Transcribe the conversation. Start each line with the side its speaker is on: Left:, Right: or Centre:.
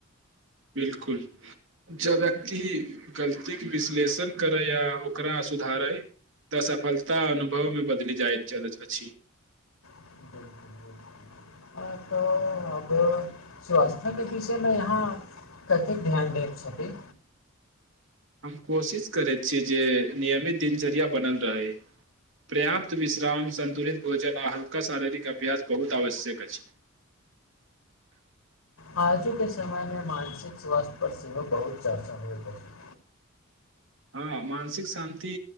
Right: बिलकुल जब व्यक्ति गलतीके विश्लेषण करय आ ओकरा सुधारय तऽ सफलता अनुभवमे बदलि जाइत अछि
Left: बिलकुल बिलकुल तऽ अब स्वास्थ्यके विषयमे यहाँ कतेक ध्यान दैके छथि
Right: हम कोशिश करैत छी जे नियमित दिनचर्या बनल रहै पर्याप्त विश्राम संन्तुलित भोजन आ हल्का शारीरिक अभ्यास बहुत आवश्यक अछि
Left: आजु के समय मे मानसिक स्वास्थ्य पर सेहो बहुत चर्चा होइत अछि
Right: हँ मानसिक शान्ति